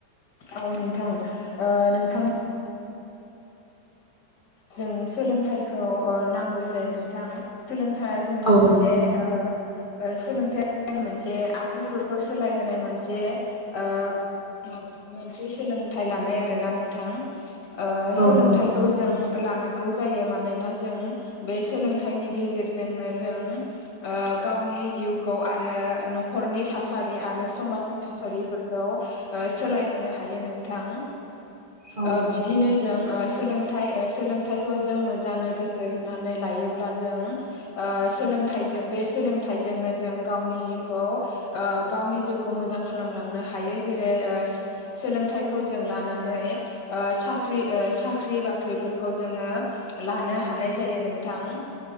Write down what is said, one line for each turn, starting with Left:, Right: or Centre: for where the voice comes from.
Left: औ नोंथां ओ नोंथाङा जों सोलोंथाइखौ ओ नांगौ जायो नोंथां सोलों थाइआ जोंनि
Right: औ
Left: मोनसे
Right: नंगौ
Left: ओ ओ सोलोंथाइआ जोंनि मोनसे आखुफोरखौ सोलायहोनाय मोनसे ओ माब मोनसे सोलोंथाइ लानाय आरोना नोंथां ओ
Right: औ
Left: सोलोंथाइखौ
Right: नंगौ
Left: जों लानांगौ जायो मानोना जों बे सोलोंथाइनि गेजेरजोंनो जों ओ गावनि जिउखौ आरो नखरनि थासारि आरो समाजनि थासारिफोरखौ ओ सोलायहोनो हायो नोंथां
Right: औ
Left: ओ बिदिनो जों ओ सोलोंथाइ ओ सोलोंथाइखौ जों मोजाङै गोसो होनानै लायोब्ला जों ओ सोलोंथाइजों बे सो सोलोंथाइजोंनो जों गावनि जिउखौ ओ गावनि जिउखौ मोजां खालामलांनो हायो जेरै ओ सोलोंथाइखौ जों लानानै ओ साख्रि ओ साख्रि बाख्रिफोर लानो हानाय जायो नोंथां।